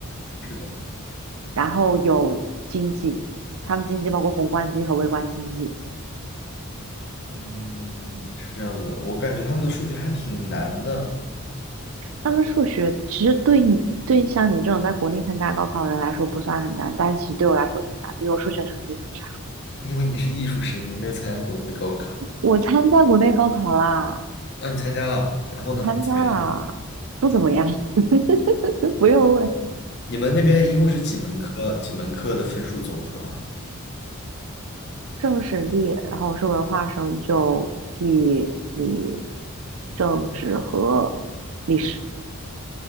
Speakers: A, on the left; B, on the right.
A: 是的，
B: 然后有经济，他们经济包括宏观经济和微观经济，
A: 嗯，是这样子的我感觉他们的数学还挺难的，
B: 他们数学其实对你对像你这种在国内参加高考的人来说不算很难，但其实对我来说挺难，因为我数学成绩很差，
A: 因为你是艺术生，你没有参加国内的高考，
B: 我参加国内高考啦。
A: 那、你参加了，然后呢，
B: 我参加了，
A: 怎么样？
B: 不怎么样，<laughs> 不用问。
A: 你们那边一共是几门课？几门课的分数总和啊？
B: 政史地，然后我是文化生，就地理、政治和历史。